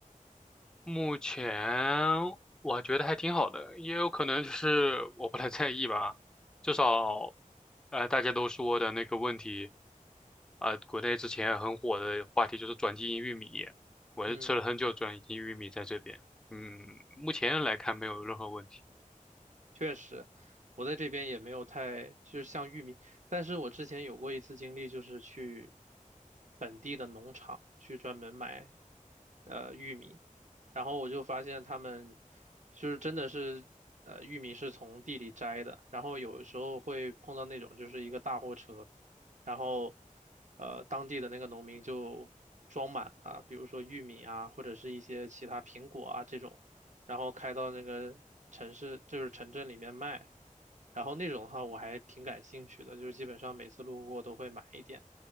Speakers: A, in the centre; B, on the right.
A: 目前我觉得还挺好的，也有可能就是我不太在意吧。至少，呃，大家都说的那个问题，啊、国内之前很火的话题就是转基因玉米，我是吃了很久转基因玉米在这边，
B: 嗯。
A: 嗯，目前来看没有任何问题。
B: 确实，我在这边也没有太，就是像玉米，但是我之前有过一次经历，就是去本地的农场去专门买呃玉米，然后我就发现他们就是真的是呃玉米是从地里摘的，然后有时候会碰到那种就是一个大货车，然后呃当地的那个农民就装满啊，比如说玉米啊，或者是一些其他苹果啊这种。然后开到那个城市，就是城镇里面卖。然后那种的话，我还挺感兴趣的，就是基本上每次路过都会买一点，